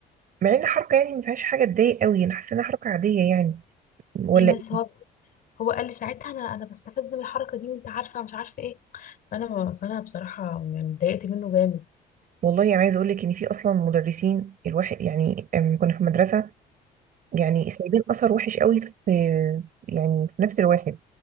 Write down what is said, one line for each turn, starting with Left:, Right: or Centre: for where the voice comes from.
Right: مع ان حركه يعني ما فيهاش حاجه تضايق قوي انا حاسه انها حركه عاديه يعني ولا
Left: في ناس
Right: إيه؟
Left: هو هو قال لي ساعتها انا انا بستفز من الحركة دي وانت عارفة مش عارفة ايه فانا فانا بصراحة يعني اتضايقت منه جامد
Right: والله يعني عايزه اقول لك ان في اصلا مدرسين الواحد يعني أم، كنا في مدرسه يعني سايبين اثر وحش قوي في يعني في نفس الواحد